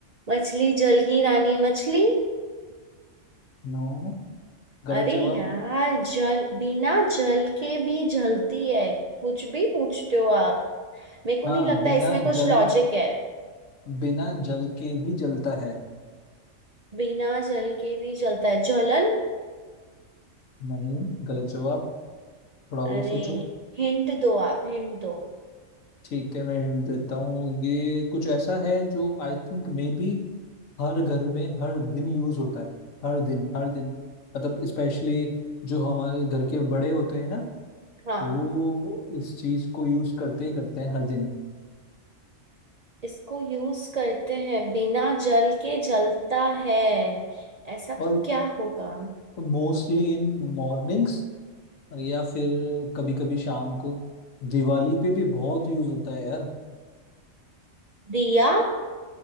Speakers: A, on the right; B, on the left.
A: मछली जल की रानी है मछली
B: नो गलत
A: अरे
B: जवाब
A: यार जल बिना जल के भी जलती है कुछ भी पूछते हो आप मेरे को
B: हाँ
A: नहीं लगता
B: बिना
A: इसमें कुछ
B: जल
A: लॉजिक है
B: बिना जल के भी जलता है
A: बिना जल के भी जलता है जलन
B: नहीं गलत जवाब थोड़ा और
A: अरे
B: सोचो
A: हिंट दो आप हिंट दो
B: ठीक है मैं हिंट देता हूँ ये कुछ ऐसा है जो आई थिंक मे बी हर घर में हर दिन यूज होता है हर दिन हर दिन मतलब स्पेशली जो हमारे घर के बड़े होते हैं ना
A: हाँ
B: वो इस चीज को यूज करते ही करते हैं हर दिन ही
A: इसको यूज करते हैं बिना जल के जलता है ऐसा
B: और
A: तो क्या होगा
B: तो मोस्टली इन मॉर्निंग्स या फिर कभी कभी शाम को दिवाली पे भी बहुत यूज होता है यार
A: दिया